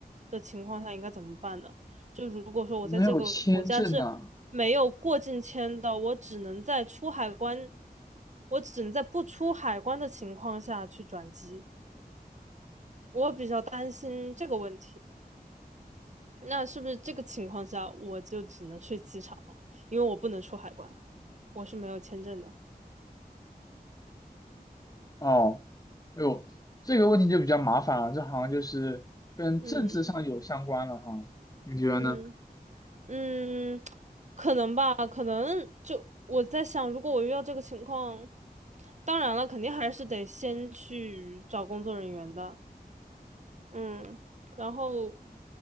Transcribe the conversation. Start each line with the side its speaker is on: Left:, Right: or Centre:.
Right: 的情况下，应该怎么办呢？就如果说我在这个国家是没有过境签的，
Left: 没有签证呐、
Right: 我只能在出海关，我只能在不出海关的情况下去转机。我比较担心这个问题。那是不是这个情况下我就只能睡机场了？因为我不能出海关，我是没有签证的。
Left: 哦，哎呦，这个问题就比较麻烦了，这好像就是跟政治上有相关了哈，
Right: 嗯
Left: 你觉得呢？
Right: 嗯嗯，可能吧，可能就我在想，如果我遇到这个情况，当然了，肯定还是得先去找工作人员的。嗯，然后